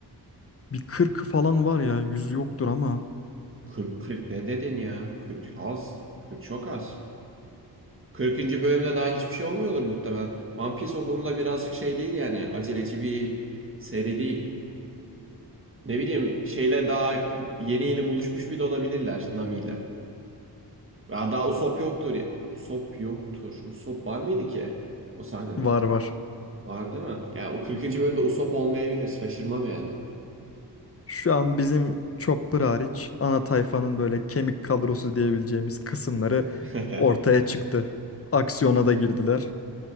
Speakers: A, on the left; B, on the right.
A: Bir kırkı falan var ya. 100 yoktur ama.
B: 40, 40 ne dedin ya? 40 az. kırk çok az. 40. bölümde daha hiçbir şey olmuyordur muhtemelen. One Piece o konuda birazcık şey değil yani. Aceleci bir seri değil. Ne bileyim şeyle daha yeni yeni buluşmuş bile olabilirler Nami ile. Daha, daha Usopp yoktur. ya- Usopp yoktur. Usopp var mıydı ki o sahnede?
A: Var var.
B: Var değil mi? Ya o 40. bölümde Usopp olmayabilir. Şaşırmam yani.
A: Şu an bizim Chopper hariç ana tayfanın böyle kemik kadrosu diyebileceğimiz kısımları
B: <laughs>
A: ortaya çıktı. Aksiyona da girdiler.